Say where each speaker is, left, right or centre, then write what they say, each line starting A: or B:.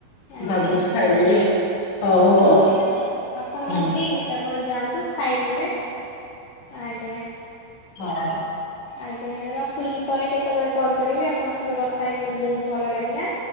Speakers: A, on the left; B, on the left.
A: ଆଜ୍ଞା
B: ଭାବୁଛି ଖାଇଦେବି ଆଉ ହଉ ହଉ
A: ଆଜ୍ଞା ଆପଣ ହଉ
B: ହୁଁ
A: ଠିକ୍ ଅଛି ଆପଣ ଯାଆନ୍ତୁ ଖାଇଦେବେ ଆଜ୍ଞା।
B: ହଁ।
A: ଆଜ୍ଞା ରଖୁଛି ପରେ କେତେବେଳେ କଲ୍ କରିବି ଆପଣଙ୍କ ସହିତ କଥା ହେଇକି ମତେ ବହୁତ ଭଲ ଲାଗିଲା।